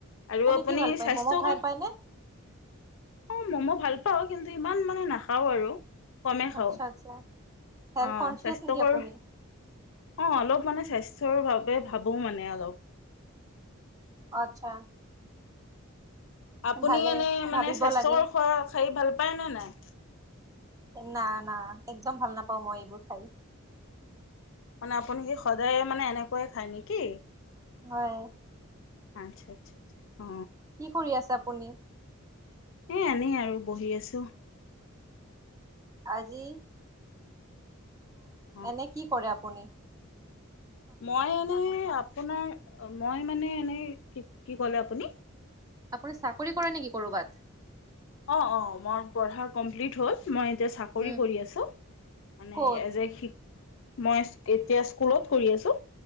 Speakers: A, on the left; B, on the right.
A: আৰু আপুনি
B: কি ভাল পায়
A: স্বাস্থ্য
B: ম'ম' ভাল
A: কণ
B: পায়নে?
A: অ মম' ভাল পাও কিন্তু ইমান মানে নাখাও আৰু। কমেই খাওঁ
B: আচ্ছা আচ্ছা। হেল্থ
A: অ
B: কনচিয়াছ
A: স্বাস্থ্যকৰ
B: নেকি আপুনি?
A: অ অলপ মানে স্বাস্থৰ বাবে ভাবো মানে অলপ।
B: আচ্ছা
A: আপুনি
B: ভালে
A: এনে মানে
B: ভাবিব
A: স্বাস্থ্যকৰ
B: লাগে।
A: খোৱা খাই ভাল পায় ন নাই?
B: না না একদম ভাল নাপাওঁ মই এইবোৰ খাই।
A: মানে আপুনি কি সদায় মানে এনেকৈে খায় নেকি?
B: হয়,
A: আচ্ছা -আচ্ছা -আচ্ছা। অ
B: কি কৰি আছে আপুনি?
A: এই আনে আৰু বহি আছোঁ।
B: আজি
A: অ
B: এনে কি কৰে আ পনি
A: মই এনেই আপোনাৰ মই মানে এনেই কি কি কলে আপুনি।
B: আপুনি চাকৰি কৰে নেকি কৰ'বাত।
A: অ অ মোৰ পঢ়া কমপ্লিট হ'ল। মই এতিয়া চাকৰি
B: উম
A: কৰি আছোঁ মানে
B: ক'ত
A: এজ এ শিক মই এতিয়া স্কুলত কৰি আছো।